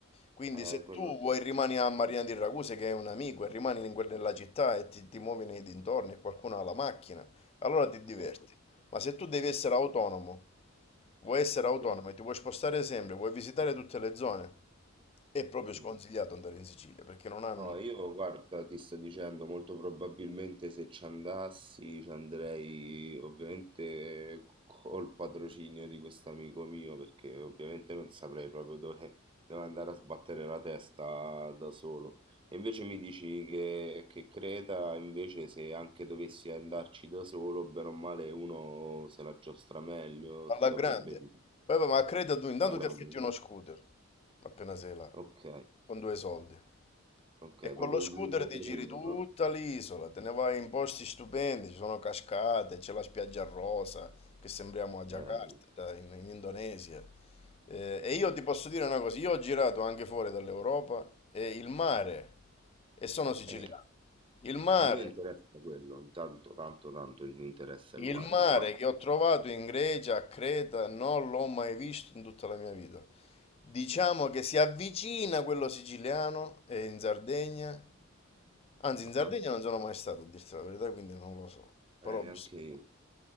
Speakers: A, on the left; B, on the right.
A: Quindi
B: eh,
A: se
B: quello
A: tu
B: sì,
A: vuoi rimani a Marina di Raguse che è un amico e rimani in quel- nella città e ti, ti muovi nei dintorni e qualcuno ha la macchina, allora ti diverti.
B: sì,
A: Ma se tu devi essere
B: sì,
A: autonomo, vuoi essere autonomo
B: sì.
A: e ti vuoi spostare sempre, vuoi visitare tutte le zone, è proprio
B: Mm,
A: sconsigliato andare in Sicilia perché non hanno
B: No, io guarda, ti sto dicendo, molto probabilmente se ci andassi ci andrei ovviamente col patrocinio di questo amico mio, perché ovviamente non saprei proprio dove, dove andare a sbattere la testa da solo. E invece mi dici che, che Creta, invece se anche dovessi andarci da solo, bene o male uno se la giostra meglio, si
A: alla
B: saprebbe
A: grande.
B: di...
A: Poi, vabbè, ma credo tu, intanto
B: alla grande?
A: ti affitti uno scooter, appena sei là,
B: Ok,
A: con due soldi.
B: ok,
A: E con
B: proprio
A: lo scooter
B: il motorino,
A: ti giri tutta
B: no?
A: l'isola, te ne vai in posti stupendi, ci sono cascate, c'è la spiaggia rosa, che sembriamo a Jakarta,
B: Bello.
A: in, in Indonesia. Eh, e io ti posso dire una cosa, io ho girato anche fuori dall'Europa e il mare, e sono siciliano,
B: Eh,
A: il mare
B: a me interessa quello, intanto tanto tanto mi interessa
A: il
B: il mare,
A: mare
B: infatti,
A: che ho trovato in Grecia, a Creta, non l'ho mai visto in tutta la mia vita. Diciamo che si avvicina a quello siciliano e in Sardegna. Anzi,
B: ah,
A: in Sardegna non sono mai stato, a dirti la verità, quindi non lo so. Però
B: eh, neanche
A: ho visto. che
B: io,